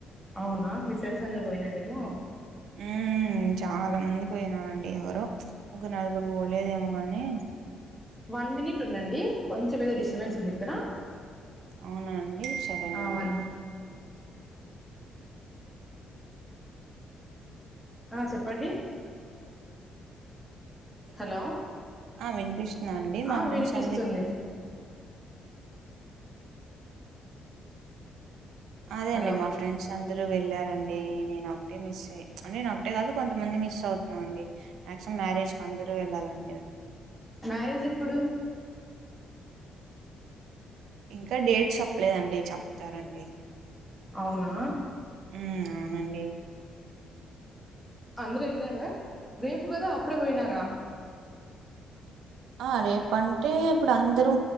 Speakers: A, in the centre; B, on the right.
A: అవునా మీ ఫ్రెండ్స్ అందరు పోయినారేమో
B: ఉ చాలా మంది పోయినారండి ఎవరు ఇంక నలుగురు పోలేదేమో గాని
A: వన్ మినిట్ ఉందండి కొంచెం ఏదో డిస్టర్బెన్స్ ఉంది ఇక్కడ
B: అవునాండి సరే అండి
A: ఆ వన్ ఆ చెప్పండి హలో
B: ఆ వినిపిస్తున్నాను అండి మా
A: ఆ
B: ఫ్రెండ్స్
A: వినిపిస్తుంది
B: సందీప్ అదే
A: హలో
B: అండి మా ఫ్రెండ్స్ అందరూ వెళ్ళారంండి నేను ఒకటే మిస్ అయ అంటే నేను ఒకటే కాదు కొంతమంది మిస్ అవుతున్నాం అండి మాక్సిమం మ్యారేజ్ కీ అందరూ వెళ్ళాలండి
A: మ్యారేజ్ ఎప్పుడు
B: ఇంకా డేట్ చెప్పలేదండి చెప్తారండి
A: అవునా
B: ఉమ్మ్ అవునండి
A: అందరూ వెళ్ళినారా రేపు కదా అప్పుడే పోయినారా
B: ఆ రేపు అంటే ఇప్పుడు అందరూ